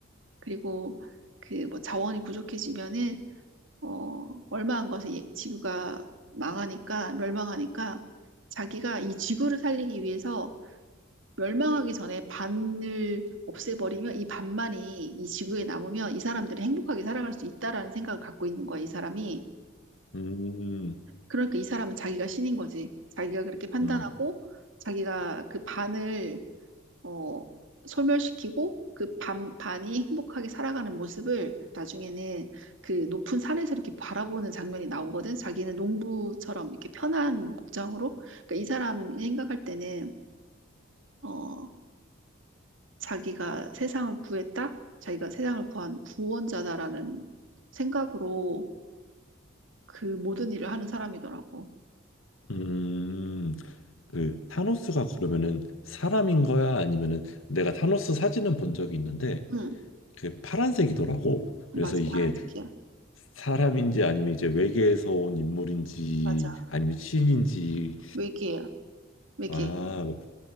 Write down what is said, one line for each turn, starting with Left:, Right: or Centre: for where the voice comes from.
Right: 그리고 그 뭐 자원이 부족해지면은 어, 얼마한 것을 예- 지구가 망하니까, 멸망하니까 자기가 이 지구를 살리기 위해서 멸망하기 전에 반을 없애버리면 이 반만이 이 지구에 남으면 이 사람들이 행복하게 살아갈 수 있다라는 생각을 갖고 있는 거야, 이 사람이.
Left: 음,
Right: 그러니까 이 사람은 자기가 신인 거지. 자기가 그렇게 판단하고
Left: 음,
Right: 자기가 그 반을 어, 소멸시키고 그 반, 반이 행복하게 살아가는 모습을 나중에는 그 높은 산에서 이렇게 바라보는 장면이 나오거든. 자기는 농부처럼 이렇게 편한 복장으로. 그러니까 이 사람이 생각할 때는 어, 자기가 세상을 구했다. 자기가 세상을 구한 구원자다라는 생각으로 그 모든 일을 하는 사람이더라고.
Left: 음. 그 타노스가 그러면은 사람인 거야? 아니면은 내가 타노스 사진은 본 적이 있는데
Right: 응,
Left: 그 파란색이더라고. 그래서
Right: 맞아.
Left: 이게
Right: 파란색이야.
Left: 사람인지 아니면 이제 외계에서 온 인물인지
Right: 맞아.
Left: 아니면 신인지
Right: 외계야. 외계.
Left: 아